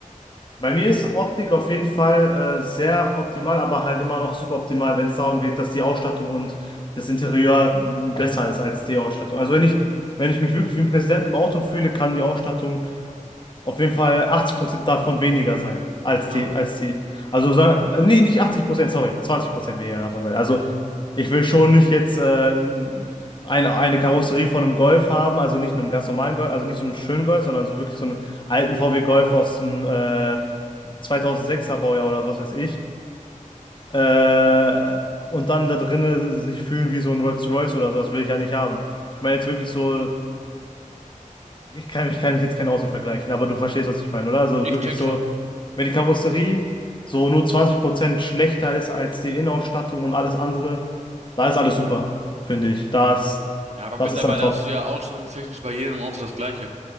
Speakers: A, on the left; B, on the right.
A: Bei mir ist Optik auf jeden Fall äh, sehr optimal, aber halt immer noch suboptimal, wenn es darum geht, dass die Ausstattung und das Interieur besser ist als die Ausstattung. Also wenn ich, wenn ich mich wirklich wie ein Präsident im Auto fühle, kann die Ausstattung auf jeden Fall 80% davon weniger sein als
B: Ja,
A: die, als die, also sa- äh, nee, nicht 80%, sorry, 20% weniger davon sein. Also ich will schon nicht jetzt äh, eine, eine Karosserie von einem Golf haben, also nicht einem ganz normalen Golf, also nicht so einem schönen Golf, sondern so wirklich so einen alten VW Golf aus dem äh, 2006er Baujahr oder was weiß ich. Äh, und dann da drinnen sich fühlen wie so ein Rolls-Royce oder so, das will ich ja nicht haben. Ich meine jetzt wirklich so. Ich kann, ich kann jetzt kein Auto vergleichen, aber du verstehst, was ich meine, oder? Also
B: ich
A: wirklich
B: check
A: so,
B: schon.
A: wenn die Karosserie so nur 20% schlechter ist als die Innenausstattung und alles andere, da ist alles super, finde ich. Da ist,
B: Ja, aber
A: das
B: mittlerweile
A: ist dann top.
B: hast du ja ausstattungstechnisch bei jedem Auto das Gleiche.